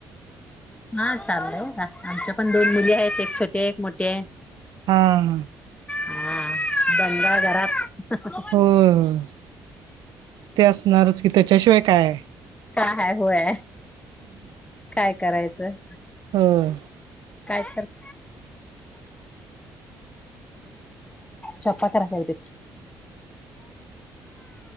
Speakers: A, on the left; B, on the right.
A: हा चालय बघा, आमच्या पण दोन मुली आहेत एक छोटी आहे एक मोठी हाय.
B: हा, हा.
A: हा दंगा घरात
B: होय होय ते असणारच की त्याच्याशिवाय काय?
A: काय हाय होय काय करायचं.
B: होय
A: काय करता चप्पा करा राहुदेत.